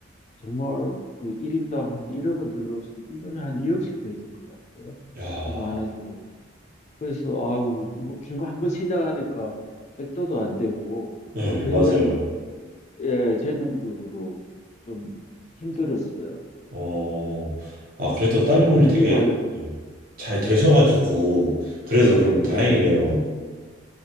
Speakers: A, on the left (about 35°); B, on the right (about 50°).
A: 정말 그 1인당 한 1억은 들어서 1년에 한 2억씩 됐던 것 같아요.
B: 야,
A: 그 많은 세월을. 그래서 아유, 뭐 지금 한번 시작하니까 백도도 안 되고
B: 네,
A: 어, 굉장히
B: 맞아요.
A: 예, 재정적으로 좀 힘들었어요.
B: 어, 아, 그래도 따님분이
A: 아, 돈이
B: 되게
A: 많이,
B: 네, 잘 되셔가지고,
A: 예,
B: 그래도 그럼 다행이네요.
A: 예.